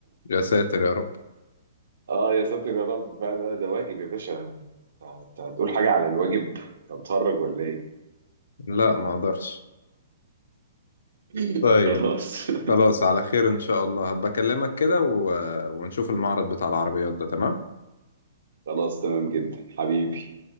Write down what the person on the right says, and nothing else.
اه يا ساتر يا رب فعلا ده واجب يا باشا انت هتقول حاجة على الواجب انت متخرج ولا ايه
<laughs>
خلاص
خلاص تمام جدا حبيبي